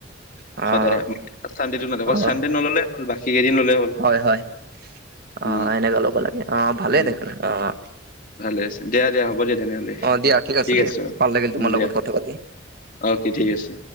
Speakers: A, on the right; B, on the left.
A: অ',
B: সদায় চানডেটো অকল
A: অ',
B: চানডেটো নল'লে হ'ল বাকী কেইদিন ললে হ'ল।
A: হয় হয় অ
B: উম
A: এনেকুৱা লব লাগে অহ ভালেই
B: উম
A: দেখোন অহ।
B: ভালে আছে দিয়া দিয়া হ'ব দিয়া তেনেহ'লে
A: অ', দিয়া
B: ঠিক
A: দিয়া
B: আছে
A: ভাল লাগিল তোমাৰ
B: উম
A: লগত
B: দিয়া
A: কথা পাতি
B: অ। কি ঠিক আছে।